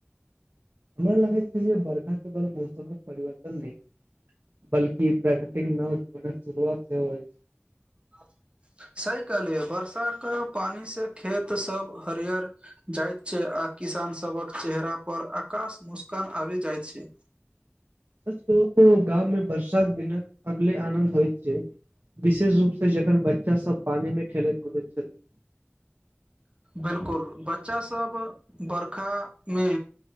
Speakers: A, on the right; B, on the right.
A: हमरा लागे छै जे बर्षा केवल मौसम कऽ परिवर्तन नै <inaudible> बलकि प्राकृतिक नव जीवन शुरुआत से होइछ
B: <inaudible> सही कहलिह वर्षा केँ पानी से खेत सब हरियर जाइत छै आ किसान सबक चेहरा पर आकाश मुस्कान आबि जाइत छै <inaudible>
A: सच कहु तऽ गाम में वर्षा के दिनक अगले आनंद होइत छै विशेष रूप से जखन बच्चा सब पानी मे खेलैत कुदैत छथिन
B: बिल्कुल बच्चा सब बरखामे